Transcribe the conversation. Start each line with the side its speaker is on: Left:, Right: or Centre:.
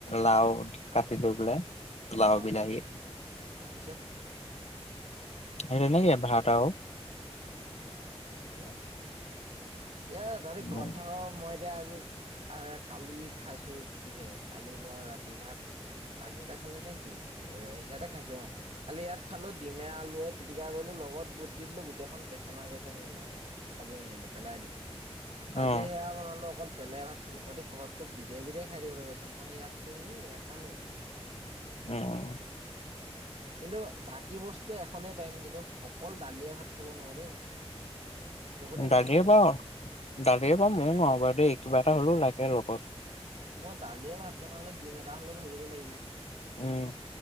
Left: লাও। কাটি লৈ পেলাই। লাও
Right: অঁ
Left: বিলাহী
Right: তাৰ তাৰপিছত, -
Left: সেই তেনকে ভাত আও।
Right: অঁ ঠিকে আছে, এ তহতি
Left: উম,
Right: ঘৰত থাক মই- এতিয়া আজি কালি খাইছো কিহে? কালি মই ৰাতি ভাত- বাহিৰতে খালো নে কি? সেইয়াতে খাইছো অঁ'। কালি ইয়াত খালো, ডিমে আলুৱে পিটিকা কৰিলো লগত বুট দি দিলো গোটেইখন- কেঁচেমা কেঁচেম গোন্ধালে খাবই নোৱাৰিলো পেলাই দিলো,
Left: অ',
Right: আজি সেয়া বনালো অকল- তেলে ভাত খাইছো। তহঁতি ঘৰততো বিধে বিধে খাই দিবলৈ পাইছো মই ইয়াততোও এখনেই।
Left: উম উম'
Right: কিন্তু, বাকী বস্তু এখনেই পাৰিম কিন্তু অকল দালিয়া ভাত খাব নোৱাৰো দেই মই। বহুতে খাই
Left: দালিয়ে
Right: মই নোৱাৰো।
Left: বাৰু দালিয়ে বাৰু মই নোৱাও বাও দেই কিবা এটা হ'লও লাগে লগত।
Right: মই দালিয়ে ভাত বনালে ডিম এটা হ'লেও ভাজিব লাগিব।
Left: উম'